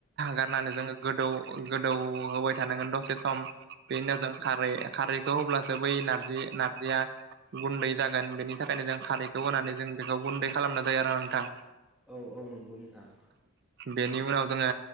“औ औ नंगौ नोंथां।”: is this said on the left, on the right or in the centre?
Centre